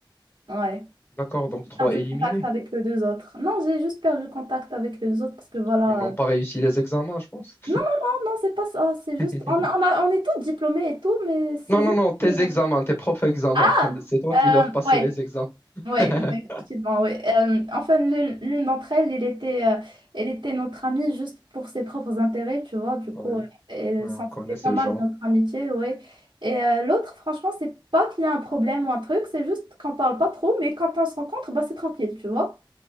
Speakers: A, on the right (about 75°); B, on the left (about 25°).
A: Ouais.
B: D'accord,
A: J'ai
B: donc trois
A: perdu
B: éliminés.
A: contact avec les deux autres. Non, j'ai juste perdu contact avec les autres parce que voilà.
B: Ils n'ont
A: euh,
B: pas réussi les examens, je pense.
A: Non, non, non, non, c'est pas ça. C'est juste.
B: <laughs>
A: On, a- on, a- on est tous diplômés et tout, mais c'est
B: Non,
A: juste.
B: non, non, tes
A: euh,
B: examens, tes propres examens.
A: Ah,
B: <laughs> C'est toi
A: euh,
B: qui leur passais
A: ouais,
B: les examens.
A: ouais,
B: <laughs>
A: ouais, effectivement, ouais. Euh, enfin, l'une l'une d'entre elles, elle était, euh, elle était notre amie juste pour ses propres intérêts, tu vois. Du coup,
B: Ouais,
A: euh, elle
B: ouais,
A: s'en
B: on connaît
A: foutait
B: ce
A: pas mal
B: genre.
A: de notre amitié, ouais. Et euh, l'autre, franchement, c'est pas qu'il y a un problème ou un truc, c'est juste qu'on parle pas trop, mais quand on se rencontre, bah, c'est tranquille, tu vois.